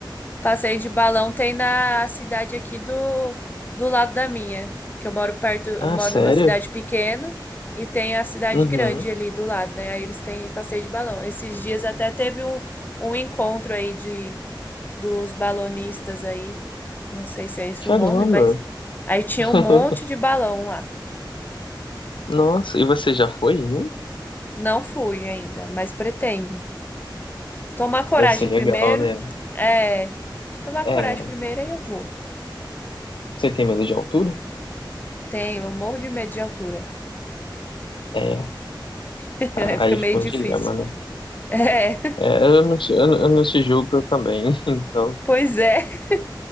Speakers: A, on the left (about 25°); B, on the left (about 85°).
A: Passeio de balão tem na cidade aqui do, do lado da minha, que eu moro perto, eu
B: Ah,
A: moro
B: sério?
A: numa cidade pequena e tem a cidade
B: Uhum.
A: grande ali do lado, né? Aí eles têm passeio de balão. Esses dias até teve um, um encontro aí de dos balonistas aí, não sei se é esse
B: Caramba!
A: o nome, mas aí tinha
B: <laughs>
A: um monte de balão lá.
B: Nossa, e você já foi em um?
A: Não fui ainda, mas pretendo. Tomar coragem
B: Deve ser legal,
A: primeiro,
B: né?
A: é, tomar coragem
B: É,
A: primeiro aí eu vou.
B: você tem medo de altura?
A: Tenho, eu morro de medo de altura.
B: É,
A: <laughs>
B: a-
A: Aí fica
B: aí
A: meio
B: fica
A: difícil.
B: um dilema, né?
A: É,
B: É, eu não te, eu, não- eu não te julgo eu também, <laughs> então,
A: <laughs> pois é,